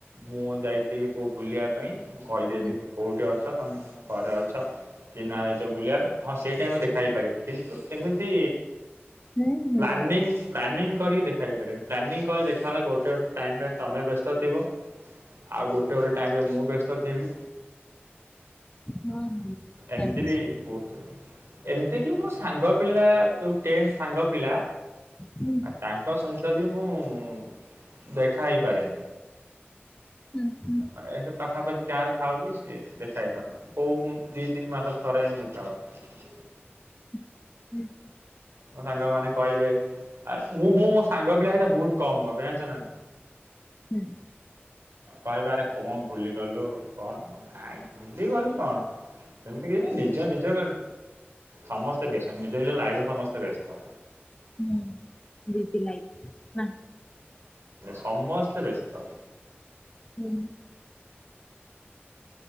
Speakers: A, on the right; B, on the left.
A: ମୁଁ ଯାଇଥିବି କୋଉ ବୁଲିବା ପାଇଁ ମୁଁ କହିଦେବି
B: ହୁଁ
A: କି କୋଉଠି ଅଛ। ନମେ ତମ ଘରେ ଅଛ। କି ନା ଯାଇଛ ବୁଲିବା ପାଇଁ ହଁ ସେଇଟାମି ଦେଖା ହେଇ ପାରିବ କିନ୍ତୁ ଏମିତି
B: ହୁଁ ହୁଁ
A: ପ୍ଲାନିଂ ପ୍ଲାନିଂ କରିକି ଦେଖାଇ ପାରିବ ପ୍ଲାନିଂ କରି ଦେଖା ହେଲା ଗୋଟେ ଗୋଟେ ଟାଇମ୍ ତମେ ବ୍ୟସ୍ତ ଥିବ। ଆଉ ଗୋଟେ ଗୋଟେ ଟାଇମ ରେ ମୁଁ ବ୍ୟସ୍ତ ଥିବି।
B: ହଁ ହଁ ଜାଣିଛି।
A: ଏମିତି ବି ବହୁତ ଏମିତି କିି ମୋ ସାଙ୍ଗ ପିଲା ଯୋଉ ଟେନ୍ ସାଙ୍ଗ ପିଲା
B: ହୁଁ
A: ତାଙ୍କ ସହିତ କଦ୍ଭି ମୁଁ ଦେଖା ହେଇପାରେନି।
B: ହୁଁ ହୁଁ।
A: ମାନେ ଏ ଯୋଉ ପାଖାପାଖି ଗାଁରେ ଥାଉ ବି ସିଏ ଦେଖା ହେଇପାରୁନ, କୋଉ ଦି ତିନି ମାସ ଥରେ ଏମିତି ଦେଖାହଉ।
B: ହୁଁ।
A: ମୋ ସାଙ୍ଗ ମାନ କହିବେ ଆ ମୁଁ ବୋଉ ମୋ ସାଙ୍ଗ ପିଲା ସତ ବହୁତ କମ ଗପେ ଜାଣିଛ ନା?
B: ହୁଁ।
A: କହିବରେ କୁଣ ଭୁଲିଗଲୁ କଣ ମୁଁ ନାଇଁ ଭୁଲିଗଲୁ କଣ? ଏମତି କି ନିଜ ନିଜ ସମସ୍ତେ ବ୍ୟସ୍ତ ନିଜ ନିଜ ଲାଇଫରେ ସମସ୍ତେ ବ୍ୟସ୍ତ
B: ହଁ ଦ ଲାଇକ ନା
A: ସମସ୍ତେ ବ୍ୟସ୍ତ।
B: ହୁଁ।